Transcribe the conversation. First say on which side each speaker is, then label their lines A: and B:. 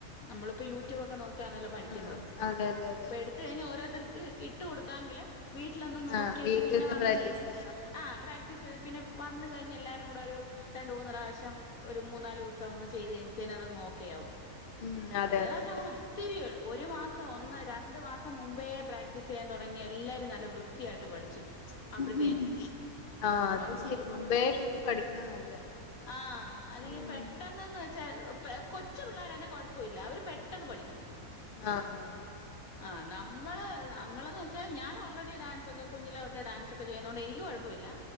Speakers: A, on the left (about 65°); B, on the left (about 45°).
A: നമ്മളിപ്പോ യൂട്യൂബ് ഒക്കെ നോക്കിയാണല്ലോ പഠിക്ന്നത്
B: ആഹ് അതെ അതെ അതെ
A: ഇപ്പ എടുത്ത് കഴിഞ്ഞാ ഓരോര്ത്തർക്ക് ഇട്ട് കൊടു താങ്കളെ വീട്ടിലൊന്നും നോക്കീട്ട്
B: ആഹ് വീട്ടിൽന്ന്
A: പിന്നെ വന്ന്
B: പ്രാക്ടീസ്
A: കഴ്ഞ്ഞ് ആഹ് പ്രാക്ടീസയ്ത് <unintelligible> പിന്നെ വന്നു കഴിഞ്ഞ് എല്ലാരും കൂടെ ഒരു രണ്ടു മൂന്ന്റാശ്യം ഒരു മൂന്നാല് വസം ഒന്ന് ചെയ്ത് കഴുമ്പോത്തേന് അതങ്ങ് ഓക്കെയാവും
B: ഉം
A: കഴിഞ്ഞ
B: അതെ അതെ
A: പ്രാവശ്യം
B: അതെ
A: ഞങ്ങൾ ഒത്തിരി ഒരു മാസം ഒന്നര രണ്ടു മാസം മുമ്പേ പ്രാക്ടീസ് ചെയ്യാൻ തുടങ്ങി എല്ലാരും നല്ല വൃത്തിയായിട്ട് പഠിച്ചു
B: <inaudible>
A: അപ്പഴത്തേനും
B: ആഹ് അത്
A: ആന്ന്
B: ശരി മുമ്പേ കൂട്ടി പഠിക്ക്ണ നല്ലേ
A: ആഹ് അല്ലെങ്കി
B: ഉം
A: പെട്ടെന്നെന്ന് വെച്ചാൽ പ്പെ കൊച്ചു പിള്ളേരാന്നെ കൊഴപ്പൊല്ല അവര് പെട്ടെന്ന് പഠിക്കും
B: ആഹ്
A: ആഹ് നാ മ്മള് നമ്മളെന്ന് വെച്ചാൽ ഞാൻ ഓൾറെഡി ഡാൻസൊക്കെ കുഞ്ഞിലെഒട്ടെ ഡാൻസൊക്കെ ചെയ്യുന്നോണ്ട് എനിക്ക് കൊഴപ്പൊല്ല